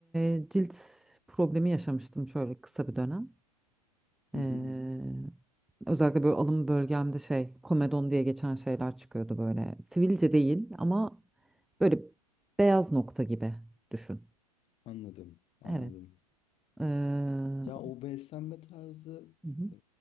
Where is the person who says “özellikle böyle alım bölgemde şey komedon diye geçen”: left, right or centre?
Centre